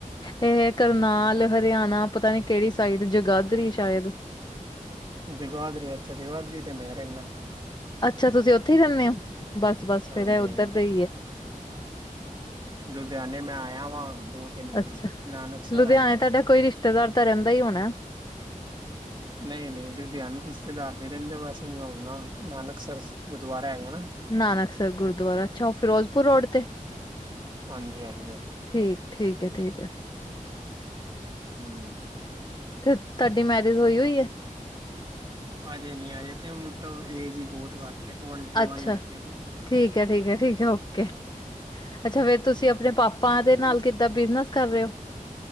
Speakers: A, on the left (about 30°); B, on the right (about 35°).
A: ਇਹ ਕਰਨਾਲ, ਹਰਿਆਣਾ ਪਤਾ ਨੀ ਕਿਹੜੀ ਸਾਈਡ ਜਗਾਦਰੀ ਸ਼ਾਇਦ।
B: ਜਗਾਦਰੀ ਅੱਛਾ! ਜਗਾਦਰੀ ਤੇ ਮੈਂ ਰਹਿੰਨਾ।
A: ਅੱਛਾ! ਤੁਸੀਂ ਉੱਥੇ ਹੀ ਰਹਨੇ ਹੋ, ਬਸ- ਬਸ
B: ਹਾਂਜੀ
A: ਫੇਰ ਐਹ
B: ਹਾਂਜੀ
A: ਉੱਧਰ ਦੇ ਹੀ ਐ।
B: ਲੁਧਿਆਣੇ ਮੈਂ ਆਇਆ ਵਾ ਦੋ। ਤਿੰਨ ਵਾਰੀ
A: ਅੱਛਾ!
B: ਨਾਨਕਸਰ
A: ਲੁਧਿਆਣੇ
B: ਆਇਆ
A: ਤੁਹਾਡਾ ਕੋਈ ਰਿਸ਼ਤੇਦਾਰ ਤਾਂ ਰਹਿੰਦਾ ਹੀ ਹੋਣਾ?
B: ਨਹੀਂ, ਨਹੀ ਲੁਧਿਆਣਾ ਰਿਸ਼ਤੇਦਾਰ ਨੀ ਰਹਿੰਦੇ, ਵੈਸੇ ਮੈ ਆਉਨਾ ਨਾਨਕ ਸਰ ਗੁਰਦੁਆਰਾ ਹੈਗਾ ਨਾ।
A: ਨਾਨਕਸਰ ਗੁਰਦੁਆਰਾ, ਅੱਛਾ! ਉਹ ਫਿਰੋਜ਼ਪੁਰ ਰੋਡ ਤੇ?
B: ਹਾਂਜੀ! ਹਾਂਜੀ! ਉੱਥੇ।
A: ਠੀਕ! ਠੀਕ ਏ। ਠੀਕ ਏ।
B: ਹੂੰ!
A: ਤੇ ਤੁਹਾਡੀ ਮੈਰਿਜ ਹੋਈ ਹੋਈ ਐ।
B: ਹਜੇ ਨੀ ਆਜੇ ਤੇ ਮਤਲਬ ਏਜ ਹੀ ਬਹੁਤ ਘੱਟ। ਹੈ ਟਵੰਟੀ ਵਨ
A: ਅੱਛਾ!
B: ਹੈਗੇ ਜੀ
A: ਠੀਕ ਹੈ, ਠੀਕ ਹੈ, ਠੀਕ ਹੈ ਓਕੇ। ਅੱਛਾ ਫਿਰ ਤੁਸੀਂ ਆਪਣੇ ਪਾਪਾ ਦੇ
B: ਨਹੀਂ
A: ਨਾਲ ਕਿੱਦਾਂ ਬਿਜਨਸ ਕਰ ਰਹੇ ਹੋ?